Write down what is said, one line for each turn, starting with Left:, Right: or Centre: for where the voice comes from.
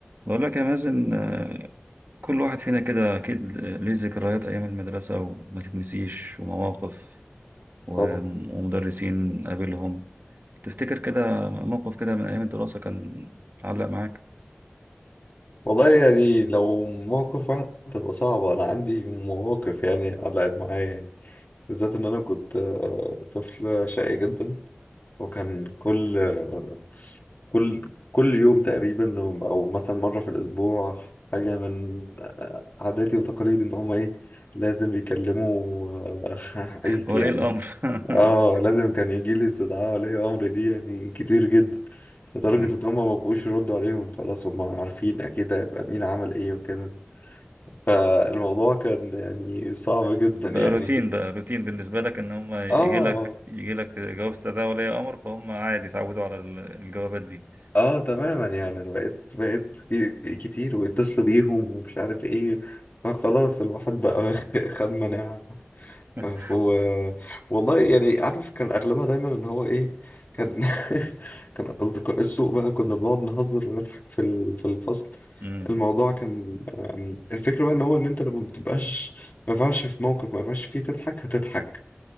Right: بقول لك يا مازن آه، كل واحد فينا كده أكيد ليه ذكريات أيام المدرسة وما تتنسيش ومواقف وم-
Left: طبعا
Right: ومدرسين قابلهم تفتكر كده موقف كده من أيام الدراسة كان علق معاك
Left: والله يعني لو موقف واحد تبقى صعبة أنا عندي مواقف يعني علقت معايا يعني بالذات إن أنا كنت آه، طفل شقي جدا وكان كل آه، كل كل يوم تقريبا أو مثلا مرة في الأسبوع حاجة من آه، عاداتي وتقاليدي إن هما إيه لازم يكلموا آه، <laughs> عيلتي
Right: ولي
Left: يعني
Right: الأمر <laughs>
Left: اه لازم كان يجي لي استدعاء ولي امر دي يعني كتير جدا لدرجة
Right: مم.
Left: ان هم ما بقوش يردوا عليهم خلاص هم عارفين اكيد هيبقى مين عمل ايه وكده فالموضوع كان يعني صعب جدا
Right: بقى
Left: يعني
Right: روتين بقى روتين بالنسبة لك إن هم يجي
Left: اه
Right: لك يجي لك جواب استدعاء ولي أمر فهم عادي اتعودوا على ال- الجوابات دي
Left: اه تماما يعني انا بقيت بقيت كي- كتير ويتصلوا بيهم ومش عارف ايه فخلاص الواحد بقى <laughs> خد مناعة
Right: <laughs>
Left: ف- و... والله يعني عارف كان اغلبها دايما ان هو ايه كان <laughs> كان اصدقاء السوق بقى كنا بنقعد نهزر ونضحك في ال... في الفصل
Right: مم.
Left: الموضوع كان أم، الفكره بقى ان هو ان انت لما بتبقاش ما ينفعش في موقف ما ينفعش فيه تضحك هتضحك